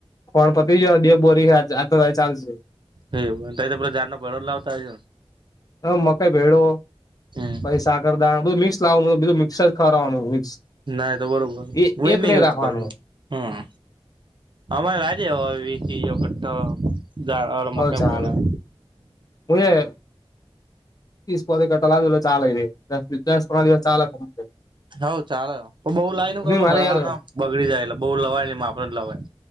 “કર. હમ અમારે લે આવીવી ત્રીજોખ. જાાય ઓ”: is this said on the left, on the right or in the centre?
Right